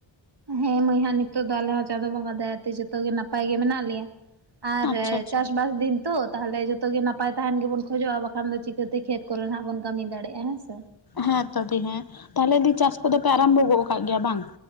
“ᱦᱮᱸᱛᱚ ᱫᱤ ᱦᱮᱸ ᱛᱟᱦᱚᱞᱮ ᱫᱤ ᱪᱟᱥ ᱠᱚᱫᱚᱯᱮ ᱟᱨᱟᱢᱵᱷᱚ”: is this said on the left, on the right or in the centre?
Left